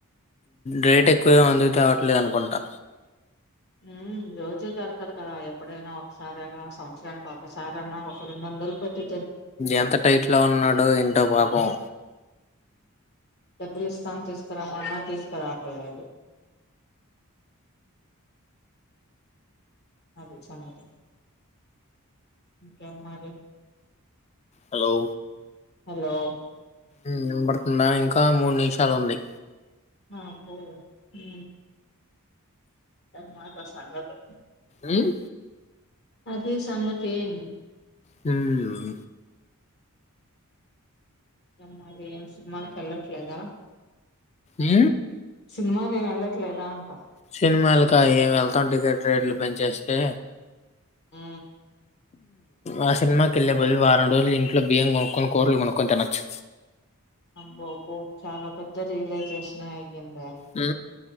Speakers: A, on the left; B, on the left.
A: రేట్ ఎక్కువగా అందుకు తవట్లేదు అనుకుంటా
B: ఊహు రోజు దొరకదు కదా ఎప్పుడైనా ఒకసారిేగా సంవత్సరానికి ఒకసారన్నా ఒక రెండు వందలు పెట్టీ
A: ఎంత టైట్ లో ఉన్నాడో ఏంటో పాాపం
B: డబ్బులి ఇస్తాను తీసుకురమ్మన్నా తీసుకురాట్లేదు అదే సంగతి ఇంకేం మరి
A: హలో
B: హలో
A: వినబడుతుందా ఇంకా మూడు నిమిషాలు ఉంది
B: అబ్బో ఏ మాత సంగతీ
A: మ్మ్?
B: అదే సంగతేం
A: హమ్
B: అమ్మాది ఏం సినిమాలకు వెళ్ళట్లేదా
A: అ
B: సినిమాలు ఏమి వెళ్ళట్లేదా అంటా
A: సినిమాలకి ఏం వెళ్తాం టికెట్ రేట్లు పెంచేస్తే
B: ఆ
A: ఆ సినిమాకి వెళ్ళే బదులు వారం రోజులు ఇంట్లో బియ్యం కొనుక్కొని కూరలు కొనుక్కొని తినొచ్చు
B: అబ్బో అబ్బో చాలా పెద్ద రియలైజేషన్ అయ్యంది
A: అ